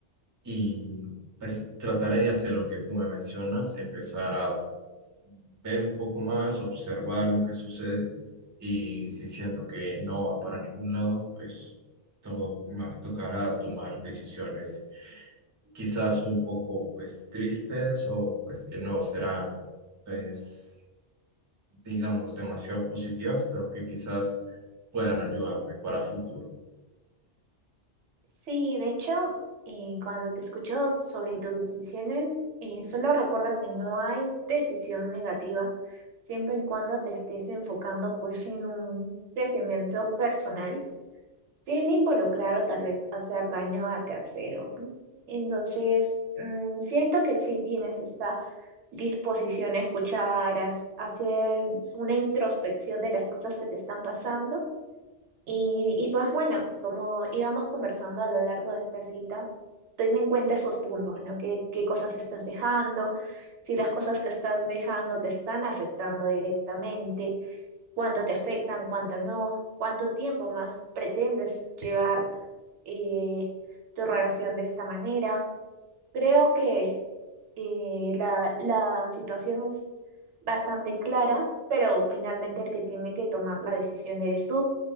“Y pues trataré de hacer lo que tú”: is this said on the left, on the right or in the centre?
Right